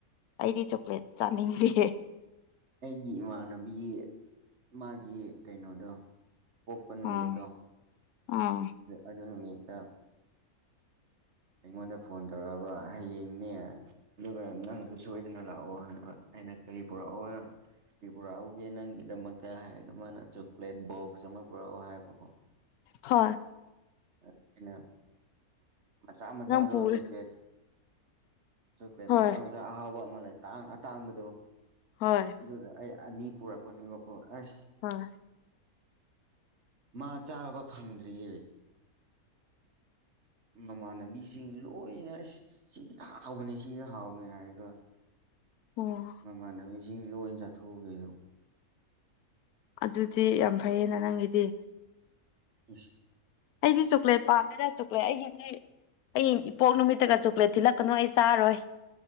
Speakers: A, on the left; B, on the right.
A: ꯑꯩꯗꯤ ꯆꯣꯀ꯭ꯂꯦꯠ ꯆꯥꯅꯤꯡꯗꯦ
B: ꯑꯩꯒꯤ ꯏꯃꯥꯟꯅꯕꯤ ꯃꯥꯒꯤ ꯀꯩꯅꯣꯗꯣ ꯄꯣꯛꯄ ꯅꯨꯃꯤꯠꯇꯣ
A: ꯑꯥ ꯑꯥ
B: ꯑꯗꯨ ꯅꯨꯃꯤꯠꯇ ꯑꯩꯉꯣꯟꯗ ꯐꯣꯟ ꯇꯧꯔꯛꯑꯕ ꯍꯌꯦꯡꯅꯦ ꯑꯗꯨꯒ ꯅꯪꯁꯨ ꯁꯣꯏꯗꯅ ꯂꯥꯛꯑꯣ ꯍꯥꯏꯕ ꯑꯩꯅ ꯀꯔꯤ ꯄꯨꯔꯛꯑꯣ ꯁꯤ ꯄꯨꯔꯛꯎꯒꯦ ꯅꯪꯒꯤꯗꯃꯛꯇ ꯍꯥꯏꯔꯒ ꯃꯥꯅ ꯆꯣꯀ꯭ꯂꯦꯠ ꯕꯣꯛꯁ ꯑꯃ ꯄꯨꯔꯛꯎ ꯍꯥꯏꯕꯀꯣ
A: ꯍ‌ꯣꯏ
B: ꯑꯁꯤꯖꯤꯅ ꯃꯆꯥ ꯃꯆꯥꯗꯣ
A: ꯅꯪ ꯄꯨꯔ
B: ꯆꯣꯀ꯭ꯂꯦꯠ ꯆꯣꯀ꯭ꯂꯦꯠ
A: ꯍꯣꯏ
B: ꯃꯆꯥ ꯃꯆꯥ ꯑꯍꯥꯎꯕ ꯑꯃ ꯂꯩ ꯇꯥꯡ ꯑꯇꯥꯡꯕꯗꯣ
A: ꯍꯣꯏ
B: ꯑꯗꯨꯗ ꯑꯩ ꯑꯅꯤ ꯄꯨꯔꯛꯄꯅꯦꯕꯀꯣ ꯑꯁ
A: ꯍ‌ꯣꯏ
B: ꯃꯥ ꯆꯥꯕ ꯐꯪꯗ꯭ꯔꯤꯌꯦ ꯃꯃꯥꯟꯅꯕꯤꯁꯤꯡ ꯂꯣꯏꯅ ꯑꯁ ꯁꯤꯗꯤ ꯍꯥꯎꯕꯅꯦ ꯁꯤꯗ ꯍꯥꯎꯕꯅꯦ ꯍꯥꯏꯔꯒ
A: ꯑꯣ
B: ꯃꯃꯥꯟꯅꯕꯤꯁꯤꯡꯅ ꯂꯣꯏ ꯆꯠꯊꯣꯛꯎꯈꯤꯗꯣ
A: ꯑꯗꯨꯗꯤ ꯌꯥꯝ ꯐꯩꯌꯦꯅ ꯅꯪꯒꯤꯗꯤ
B: ꯏꯁ
A: ꯑꯩꯗꯤ ꯆꯣꯀ꯭ꯂꯦꯠ ꯄꯥꯝꯃꯦꯅ ꯆꯣꯀ꯭ꯂꯦꯠ ꯑꯩꯒꯤꯗꯤ ꯑꯩ ꯏꯄꯣꯛ ꯅꯨꯃꯤꯠꯇꯒ ꯆꯣꯀ꯭ꯂꯦꯠ ꯊꯤꯜꯂꯛꯀꯅꯨ ꯑꯩ ꯆꯥꯔꯔꯣꯏ